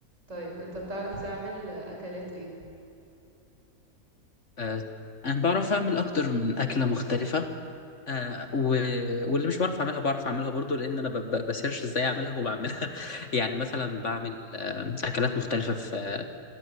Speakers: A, on the right; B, on the left.
A: طيب انت بتعرف تعمل اكلات ايه
B: آه، انا بعرف اعمل اكتر من اكله مختلفه آه، و... واللي مش بعرف اعملها بعرف اعملها برضو لان انا ب... ب- بسيرش ازاي اعملها وبعملها <laughs> يعني مثلا بعمل آه، اكلات مختلفه في آه،